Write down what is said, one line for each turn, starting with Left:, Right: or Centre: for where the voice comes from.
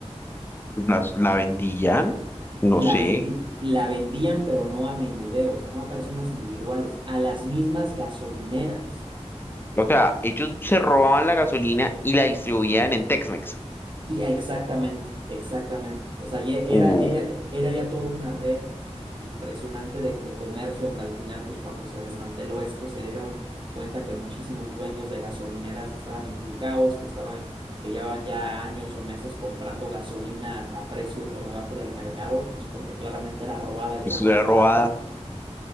Left: las- la vendían, no
Right: La
Left: sé.
Right: vendi- la vendían, pero no a menudeo, o sea, no a personas individuales, a las mismas gasolineras.
Left: O sea, ellos se robaban la gasolina y la distribuían en Tex-Mex.
Right: Y exactamente, exactamente. O sea, ya era,
Left: Uh,
Right: era, era ya toda una red impresionante de, de comercio donde al final, pues cuando se desmanteló esto, se dieron cuenta que muchísimos dueños de gasolineras estaban implicados, que estaban, que llevaban ya años o meses comprando gasolina a precio por debajo del mercado, pues porque claramente era robada y
Left: pues
Right: era más
Left: era robada.
Right: barata.